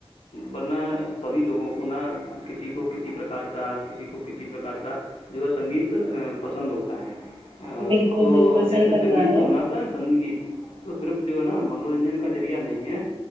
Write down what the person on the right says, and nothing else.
بالکل
بالکل صحیح
فرما
رہے
ہیں